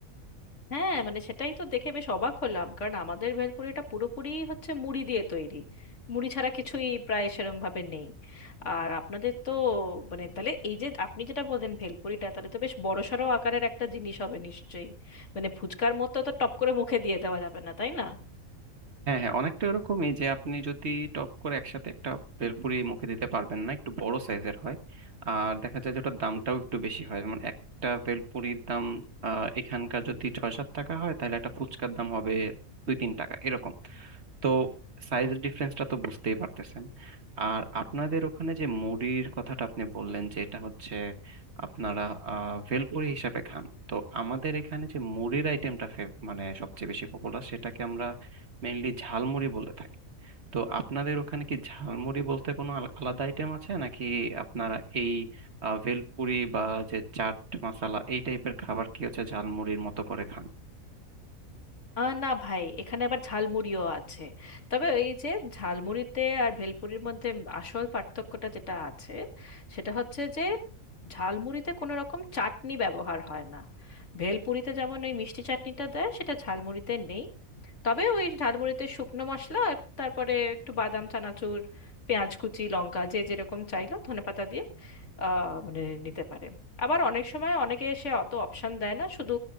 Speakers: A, on the left; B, on the right.
A: হ্যাঁ মানে সেটাই তো দেখে বেশ অবাক হলাম কারণ আমাদের ভেলপুরিটা পুরোপুরি হচ্ছে মুড়ি দিয়ে তৈরি মুড়ি ছাড়া কিছুই প্রায় সেরম ভাবে নেই আর আপনাদের তো মানে তাহলে এই যে আপনি যেটা বললেন ভেলপুরিটা তাহলে তো বেশ বড়সড় আকারের একটা জিনিস হবে নিশ্চয়ই মানে ফুচকার মতো তো টপ করে মুখে দিয়ে দেওয়া যাবে না তাই না
B: হ্যাঁ হ্যাঁ অনেকটা ওরকমই যে আপনি যদি টপ করে একসাথে একটা ভেলপুরি মুখে দিতে পারবেন না একটু বড় সাইজের হয় আর দেখা যায় যে ওটার দামটাও একটু বেশি হয় যেমন একটা ভেলপুরির দাম আহ, এখানকার যদি ছয় সাত টাকা হয় তাহলে একটা ফুচকার দাম হবে দুই তিন টাকা এরকম তো সাইজের ডিফারেন্সটা তো বুঝতেই পারতেছেন আর আপনাদের ওখানে যে মুড়ির কথাটা আপনি বললেন যে এটা হচ্ছে আপনারা আহ, ভেলপুরি হিসাবে খান তো আমাদের এখানে যে মুড়ির আইটেমটা মানে সবচেয়ে বেশি পপুলার সেটাকে আমরা মেইনলি ঝালমুড়ি বলে থাকি তো আপনাদের ওখানে কি ঝালমুড়ি বলতে কোনো আল- আলাদা আইটেম আছে নাকি আপনারা এই আহ, ভেলপুরি বা যে চাট মশলা এই টাইপের খাবার কি হচ্ছে ঝালমুড়ির মতো করে খান
A: আহ না ভাই এখানে আবার ঝালমুড়িও আছে তবে এই যে ঝালমুড়িতে আর ভেলপুরির মধ্যে আসল পার্থক্যটা যেটা আছে সেটা হচ্ছে যে ঝালমুড়িতে কোনো রকম চাটনি ব্যবহার হয় না ভেলপুরিতে যেমন ওই মিষ্টি চাটনিটা দেয় সেটা ঝালমুড়িতে নেই তবে ওই ঝালমুড়িতে শুকনো মশলা আর তারপরে একটু বাদাম চানাচুর পেঁয়াজ কুচি লঙ্কা যে যেরকম চাইলো ধনেপাতা দিয়ে আহ মানে নিতে পারে আবার অনেক সময় অনেকে এসে অত অপশন দেয় না শুধু